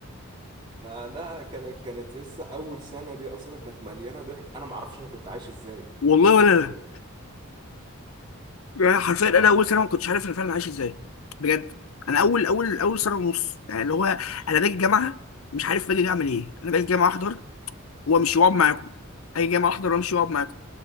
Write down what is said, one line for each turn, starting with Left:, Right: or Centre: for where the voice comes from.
Right: فلا كانت كانت يسا اول سنه دي اصلا كانت مليانه ضحك انا معرفش انا كنت عايش ازاي
Left: والله
Right: فاهم
Left: ولا لا
Right: يعني
Left: يعني حرفيا
Right: ف
Left: انا اول سنه ما كنتش عارف انا فعلا عايش ازاي بجد انا اول اول اول سنه ونص يعني اللي هو انا باجي الجامعه مش عارف باجي اعمل ايه انا باجي الجامعه احضر وامشي واقعد معاكم اجي الجامعه احضر وامشي واقعد معاكم